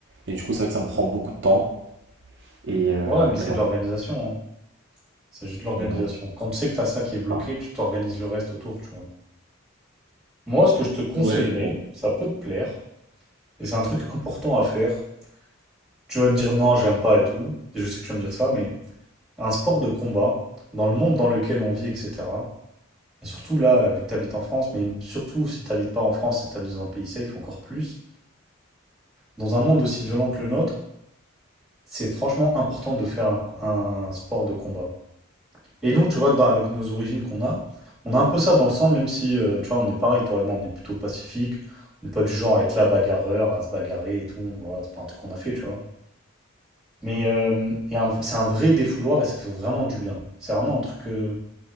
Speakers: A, on the right; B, in the centre.
A: Et du coup, c'est vrai que ça me prend beaucoup de temps. Et, euh,
B: Ouais, mais c'est
A: et voilà.
B: de l'organisation, hein. C'est juste de l'organisation.
A: Ouais.
B: Quand tu sais que tu as ça qui est bloqué,
A: Enfin,
B: tu t'organises le reste autour, tu vois. Moi, ce que je te conseillerais,
A: ouais, mais bon.
B: ça peut te plaire, et c'est un truc important à faire, Tu vas me dire non, j'aime pas et tout. Et je sais que tu vas me dire ça, mais un sport de combat, dans le monde dans lequel on vit, etc. Et surtout là, euh, vu que tu habites en France, mais surtout si tu n'habites pas en France, si tu habites dans un pays safe, encore plus, dans un monde aussi violent que le nôtre, c'est franchement important de faire un, un sport de combat. Et nous, tu vois, dans- avec nos origines qu'on a, on a un peu ça dans le sang, même si, euh, tu vois, on est pareil, toi et moi, on est plutôt pacifique, on n'est pas du genre à être là bagarreur, à se bagarrer et tout. Voilà, c'est pas un truc qu'on a fait, tu vois. Mais euh, et un- c'est un vrai défouloir et ça fait vraiment du bien. C'est vraiment un truc euh,